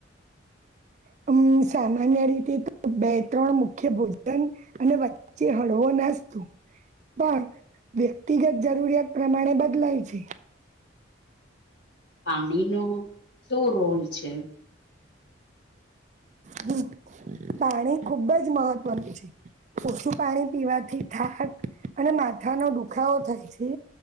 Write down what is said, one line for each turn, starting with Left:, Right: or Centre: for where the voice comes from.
Right: હમ સામાન્ય રીતે બે ત્રણ મુખ્ય ભોજન અને વચ્ચે હળવો નાસ્તો પણ વ્યક્તિગત જરૂરિયાત પ્રમાણે બદલાય છે
Left: પાણી ન શું રોલ છે
Right: હમ પાણી ખુબ જ મહત્વનું છે ઓછું પાણી પીવાથી થાક અને માથાનો દુખાવો થાય છે